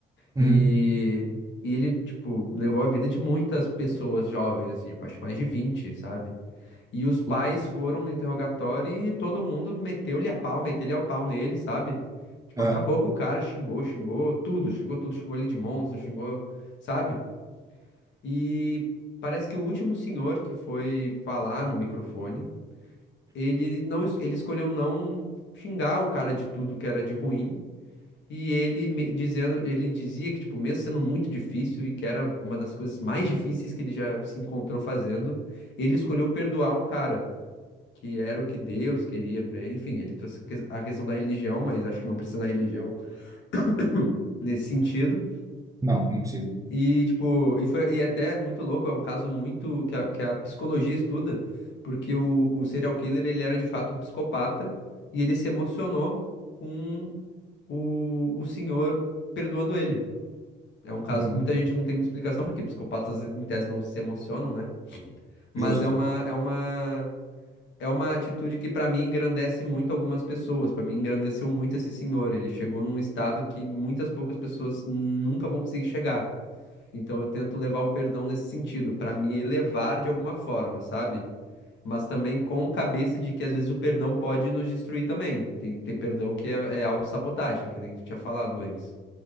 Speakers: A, on the right; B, on the left.
A: Uhum.
B: E, e ele, tipo, levou a vida de muitas pessoas jovens, assim, tipo, acho que mais de 20, sabe? E os pais
A: Putz.
B: foram no interrogatório e todo mundo meteu-lhe a pau, meteu-lhe ao pau nele, sabe? Tipo,
A: Aham.
B: acabou com o cara, xingou, xingou tudo, xingou tudo, xingou ele de monstro, xingou, sabe? E parece que o último senhor que foi falar no microfone, ele não, es- ele escolheu não xingar o cara de tudo que era de ruim e ele me- dizendo, ele dizia que, tipo, mesmo sendo muito difícil e que era uma das coisas mais difíceis que ele já se encontrou fazendo, ele escolheu perdoar o cara, que era o que Deus queria pra ele. Enfim, ele trouxe a ques- a questão da religião, mas acho que não precisa da religião <clears throat> nesse sentido.
A: Não, não precisa.
B: E, tipo, e foi, e é até muito louco, é um caso muito que a, que a psicologia estuda, porque o, o serial killer, ele era de fato um psicopata e ele se emocionou com o, o senhor perdoando ele. É um caso
A: Uhum.
B: que muita gente não tem muita explicação, porque psicopatas, em tese, não se emocionam, né? Mas
A: Justo.
B: é uma, é uma, é uma atitude que, pra mim, engrandece muito algumas pessoas. Pra mim, engrandeceu muito esse senhor. Ele chegou num estado que muitas poucas pessoas nunca vão conseguir chegar. Então, eu tento levar o perdão nesse sentido, pra me elevar de alguma forma, sabe? Mas também com cabeça de que, às vezes, o perdão pode nos destruir também. Tem, tem perdão que é, é autossabotagem, que nem tu tinha falado antes.